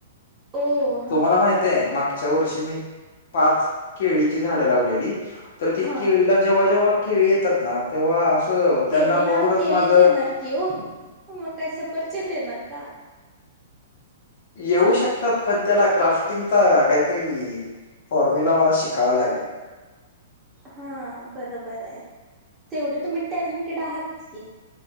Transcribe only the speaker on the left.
तुम्हाला माहितय मागच्या वर्षी मी पाच केळीची झाडं लावलेली. तर ती
केळीला जेव्हा जेव्हा केळी येतात ना तेव्हा असं
त्यांना बघूनच
माझं,
येऊ शकतात पण त्याला क्राफ्टिंगचा काहीतरी, फॉर्म्युला मला शिकावा लागेल.